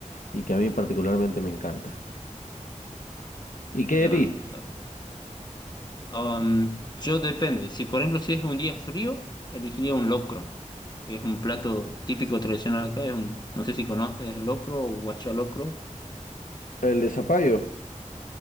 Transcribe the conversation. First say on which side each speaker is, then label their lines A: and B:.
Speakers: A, on the left; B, on the left.
A: y que a mí particularmente me encanta. ¿Y qué
B: Claro,
A: de ti?
B: claro. Um, yo depende. Si por ejemplo si es un día frío, elegiría un locro, que es un plato típico tradicional acá. es un- no sé si conoces el locro o guachalocro.
A: El de zapallo.